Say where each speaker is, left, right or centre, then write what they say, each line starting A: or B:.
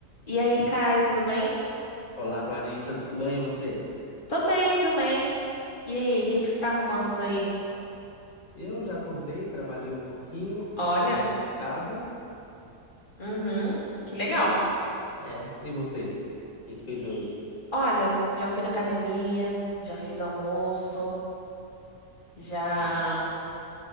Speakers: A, on the left; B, on the left.
A: E aí, Caio, tudo bem?
B: Olá, Clarissa, tudo bem e você?
A: Tô bem também. E aí, o que que você tá arrumando por aí?
B: Eu já acordei, trabalhei um pouquinho,
A: Olha,
B: tô arrumando casa
A: uhum, que legal.
B: e agora é. E você? O que que fez hoje?
A: Olha, já fui na academia, já fiz almoço, já
B: Hum,